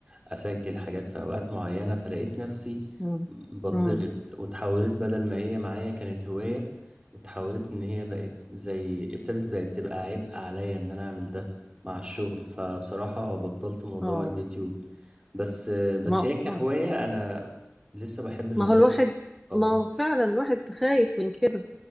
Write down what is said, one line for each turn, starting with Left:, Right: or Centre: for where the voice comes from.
Right: اسجل حاجات في اوقات معينة فلقيت نفسي
Centre: امم
Right: بتضغط
Centre: امم
Right: وتحولت بدل ما هي معايا كانت هواية اتحولت ان هي بقت زي ابتدت بقت تبقى عبء عليا ان انا اعمل ده مع الشغل فبصراحة بطلت موضوع
Centre: اه
Right: اليوتيوب بس آه، بس
Centre: ما
Right: هي كهواية
Centre: آه.
Right: انا لسه بحب المزيكا
Centre: ما هو الواحد
Right: جدا طبعا
Centre: ما هو فعلا الواحد خايف من كده